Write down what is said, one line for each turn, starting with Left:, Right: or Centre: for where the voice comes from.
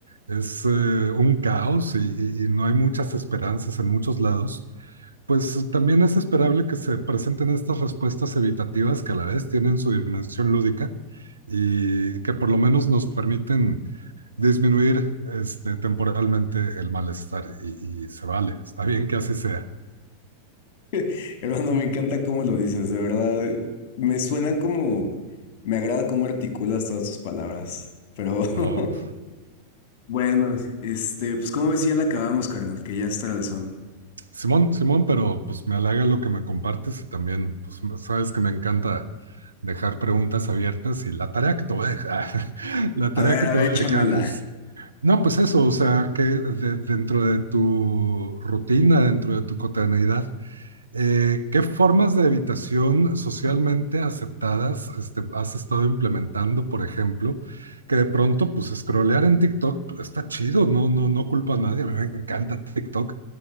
Right: es eh, un caos y, y- y no hay muchas esperanzas en muchos lados, pues eh, también es esperable que se presenten estas respuestas evitativas que a la vez tienen su dimensión lúdica y que por lo menos nos permiten disminuir este, temporalmente el malestar y, y se vale, está bien que así sea,
Left: <laughs> Hermano, me encanta cómo lo dices, de verdad, me suena como, me agrada cómo articulas todas tus palabras, pero... <laughs>
Right: ¿no?
Left: Bueno, este, pues como ves, si ya la acabamos, carnal, que ya es son.
Right: Simón, Simón, pero pues me halaga lo que me compartes y también, pues sabes que me encanta dejar preguntas abiertas y la tarea que te voy a dejar, <laughs> la tarea
Left: A ver,
Right: que
Left: a
Right: te
Left: ver,
Right: voy
Left: échamela.
Right: a dejar es, no, pues eso, o sea, que de- dentro de tu rutina, dentro de tu cotidianidad, eh, ¿qué formas de evitación socialmente aceptadas este, has estado implementando, por ejemplo? Que de pronto, pues, scrollear en TikTok pues, está chido, no, no, no culpa a nadie, a mí me encanta TikTok